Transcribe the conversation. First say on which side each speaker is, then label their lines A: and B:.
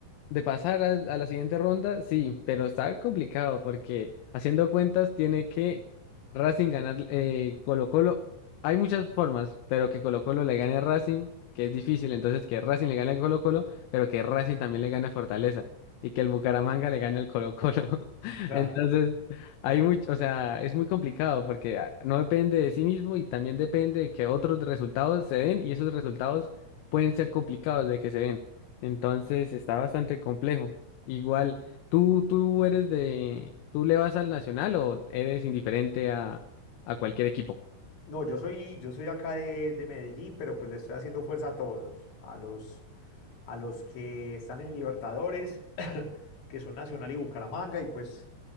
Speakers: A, on the left (about 85°); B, on the left (about 60°).
A: de pasar al- a, la siguiente ronda, sí, pero está complicado porque haciendo cuentas tiene que Racing ganar eh, Colo-Colo. Hay muchas formas, pero que Colo-Colo le gane a Racing, que es difícil, entonces que Racing le gane a Colo-Colo, pero que Racing también le gane a Fortaleza y que el Bucaramanga le gane al Colo-Colo. <laughs>
B: Ya.
A: Entonces, hay mucho, o sea, es muy complicado porque ah, no depende de sí mismo y también depende de que otros resultados se den y esos resultados pueden ser complicados de que se den. Entonces está bastante complejo. Igual, ¿tú, tú eres de, tú le vas al Nacional o eres indiferente a, a cualquier equipo?
B: No, yo soy, yo soy acá de, de Medellín, pero pues le estoy haciendo fuerza a todos, a los, a los que están en Libertadores, <coughs> <clears throat> que son Nacional y Bucaramanga, y pues